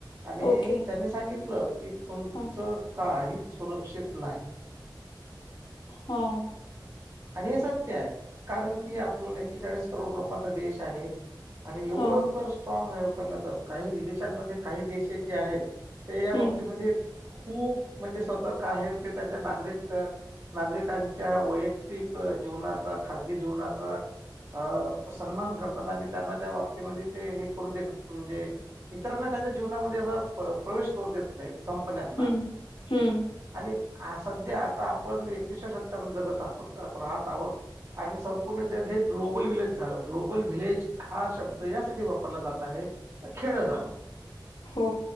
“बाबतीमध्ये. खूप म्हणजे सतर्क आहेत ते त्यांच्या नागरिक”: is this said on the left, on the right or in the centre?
Right